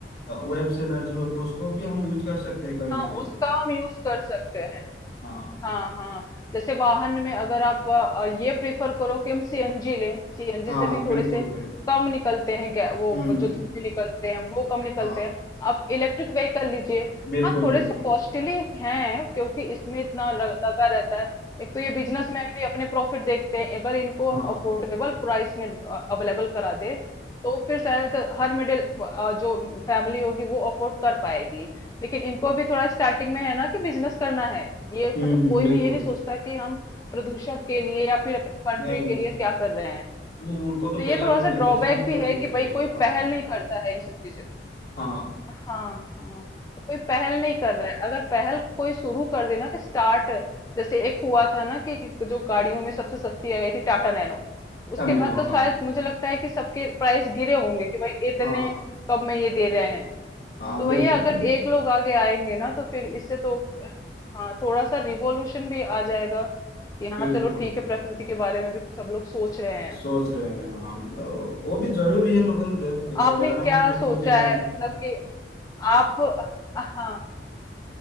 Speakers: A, on the left; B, on the left.
A: वेव्स एनर्जी हो गया उसको
B: हम्म।
A: भी हम यूज कर सकते हैं कहीं ना
B: हाँ
A: कहीं
B: उसका हम यूज कर सकते हैं
A: हाँ
B: हाँ हाँ जैसे वाहन में अगर आप अ, ये प्रिफर करो कि हम सीएनजी लें सीएनजी
A: हाँ
B: से भी
A: बिल्कुल
B: थोड़े से
A: बिल्कुल
B: कम निकलते हैं गै- वो
A: हम्म
B: जो धुएं निकलते हैं वो कम निकलते
A: हाँ
B: हैं आप इलेक्ट्रिक व्हीकल लीजिए
A: बिल्कुल
B: हाँ थोड़े
A: बिल्कुल
B: से कॉस्टली हैं क्योंकि इसमें इतना ल- लगा रहता है एक तो ये बिजनेसमैन भी अपने प्रॉफिट देखते हैं अगर इनको
A: हाँ
B: हम अफोर्डेबल प्राइस में अवेलेबल करा दे तो फिर शायद हर मिडिल जो फैमिली होगी वो अफोर्ड कर पाएगी लेकिन इनको भी थोड़ा स्टार्टिंग में है ना कि बिजनेस करना है ये
A: हम्म
B: मतलब
A: हम्म
B: कोई
A: बिल्कुल
B: भी ये नहीं सोचता कि हम प्रदूषण के लिए या फिर अपनी कंट्री
A: नहीं
B: के
A: नहीं
B: लिए
A: नहीं
B: क्या कर रहे हैं
A: नहीं उनको तो
B: तो ये
A: पहले
B: थोड़ा
A: अपने
B: सा
A: बिजनेस
B: ड्रॉबैक
A: की ही
B: भी
A: पड़ी
B: है
A: होती
B: कि भाई
A: है
B: कोई
A: हाँ
B: पहल नहीं करता है इन सब चीजों
A: हाँ
B: हाँ हाँ तो कोई पहल नहीं कर रहा है अगर पहल कोई शुरू कर देना कि स्टार्ट जैसे एक हुआ था ना कि जो गाड़ियों में सबसे सस्ती आई थी टाटा नैनो
A: करने
B: उसके बाद
A: लो
B: तो
A: हाँ
B: शायद मुझे लगता है कि सबके प्राइस गिरे होंगे कि भाई इतने
A: हाँ
B: कब में ये दे रहे हैं
A: हाँ
B: तो वही
A: बिल्कुल
B: है, अगर एक लोग आगे आएंगे ना तो फिर इससे तो हाँ थोड़ा सा रिवॉल्यूशन भी आ जाएगा कि हाँ
A: बिल्कुल
B: चलो ठीक है प्रकृति के बारे में भी सब लोग सोच रहे हैं
A: सोच रहे हैं हाँ मतलब वो भी जरूरी है मतलब जब
B: तो
A: देखो
B: आपने
A: यार
B: क्या
A: हम प्रकृति
B: सोचा
A: में
B: है मतलब कि आप हाँ